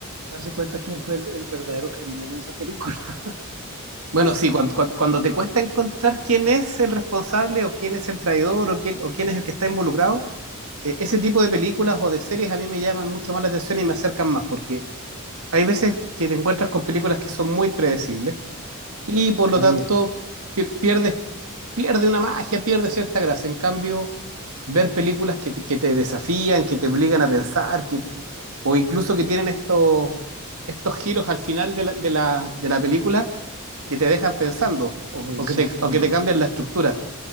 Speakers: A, on the right; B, on the right.
A: darse cuenta quién fue el, el verdadero criminal en esa película. <laughs>
B: bueno, sí, cuan- cuan- cuando, te cuesta encontrar quién es el responsable o quién es el traidor o quién, o quién es el que está involucrado, eh, ese tipo de películas o de series a mí me llaman mucho más la atención y me acercan más, porque hay veces que te encuentras con películas que son muy predecibles
A: Exacto,
B: y por
A: muy
B: lo tanto
A: obvias.
B: pi- pierdes, pierde una magia, pierde cierta gracia. En cambio, ver películas que te, que te desafían, que te obligan a pensar, que, o incluso que tienen estos, estos giros al final de la, de la, de la película que te dejan pensando o,
A: Exactamente.
B: o que te, o que te cambian la estructura.